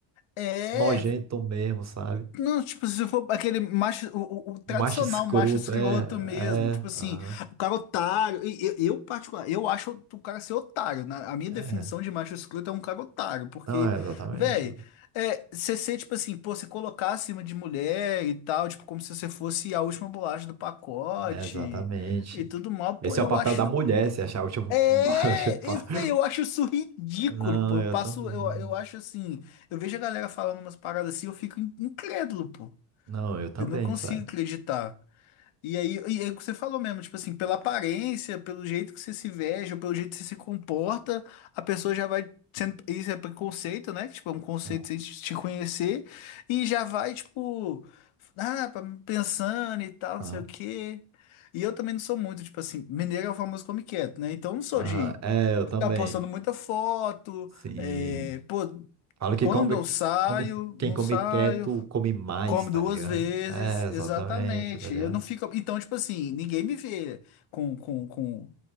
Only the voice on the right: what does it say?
nojento mesmo, sabe?
Macho escroto,
é,
é,
aham,
é.
Não, é exatamente,
é exatamente.
Esse
é o papel
da mulher, se achar o último
<laughs> baixo, pá.
Não,
eu
também.
Não, eu também,
sabe?
Ah,
ah.
Aham,
É, eu
também.
Sim.
Falo que
come,
come, quem
come
quieto come mais,
tá
ligado?
É, exatamente,
tá ligado?